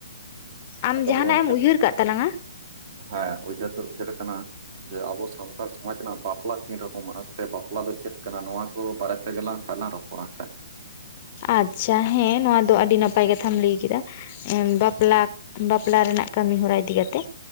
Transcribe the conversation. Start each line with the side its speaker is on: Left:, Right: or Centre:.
Left: ᱟᱢ
Right: ᱟᱫᱚ
Left: ᱡᱟᱦᱟᱱᱟᱜ
Right: ᱢᱟᱹᱭ
Left: ᱮᱢ
Right: ᱦᱟᱸᱜ
Left: ᱩᱭᱦᱟᱹᱨ ᱟᱠᱟᱫ ᱛᱟᱞᱟᱝᱟ?
Right: ᱦᱮᱸ, ᱩᱭᱦᱟᱹᱨ ᱫᱚ ᱩᱭᱦᱟᱹᱨ ᱟᱠᱟᱱᱟ ᱾ ᱡᱮ ᱟᱵᱚ ᱥᱟᱱᱛᱟᱲ ᱥᱚᱢᱟᱡᱽ ᱨᱮᱱᱟᱜ ᱵᱟᱯᱞᱟ ᱛᱤᱱ ᱨᱚᱠᱚᱢᱼᱟ, ᱥᱮ ᱵᱟᱯᱞᱟ ᱫᱚ ᱪᱮᱫ ᱠᱟᱱᱟ, ᱱᱚᱣᱟ ᱠᱚ ᱵᱟᱨᱮ ᱛᱮᱜᱮᱞᱟᱝ ᱛᱮᱞᱟᱝ ᱨᱚᱯᱚᱲ ᱚᱱᱟ ᱠᱷᱟᱱ᱾
Left: ᱟᱪᱪᱷᱟ ᱦᱮᱸ, ᱱᱚᱣᱟ ᱫᱚ ᱟᱹᱰᱤ ᱱᱟᱯᱟᱭ ᱠᱟᱛᱷᱟᱢ ᱞᱟᱹᱭ ᱠᱮᱫᱟ ᱾ ᱮᱸᱢ ᱵᱟᱯᱞᱟ, ᱵᱟᱯᱞᱟ ᱨᱮᱱᱟᱜ ᱠᱟᱹᱢᱤᱦᱚᱨᱟ ᱤᱫᱤ ᱠᱟᱛᱮ,